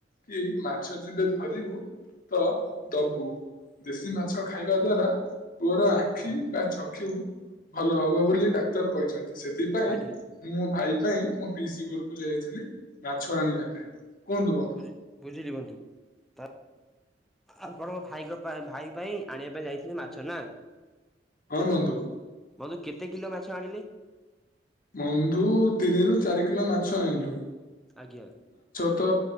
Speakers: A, on the left (about 50°); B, in the centre.
A: କି ମାଛ ଯେବେ ଧରିବୁ ତ ଦବୁ ଦେଶୀ ମାଛ ଖାଇବା ଦ୍ଵାରା ପୁଅର ଆଖି ବା ଚକ୍ଷୁ ଭଲ ହବ ବୋଲି ଡାକ୍ତର କହିଛନ୍ତି। ସେ ଥିପାଇଁ
B: ଆଜ୍ଞା
A: ମୁଁ ମୋ ଭାଇ ପାଇଁ ମୋ ପିସି ଘରକୁ ଯାଇଥିଲି ମାଛ ଆଣିବା ପାଇଁ। କୁହନ୍ତୁ ବନ୍ଧୁ
B: ବୁଝ ବୁଝିଲି ବନ୍ଧୁ। ତା ଆପଣଙ୍କ ଭାଇ ଙ୍କ ପାଇଁ ଭାଇ ପାଇଁ ଆଣିବା ପାଇଁ ଯାଇଥିଲେ ମାଛ ନା?
A: ହଁ ବନ୍ଧୁ।
B: ବନ୍ଧୁ କେତେ କିଲ ମାଛ ଆଣିଲେ?
A: ବନ୍ଧୁ ତିନିରୁ ଚାରି କିଲ ମାଛ ଆଇଁଲୁ।
B: ଆଜ୍ଞା।
A: ତ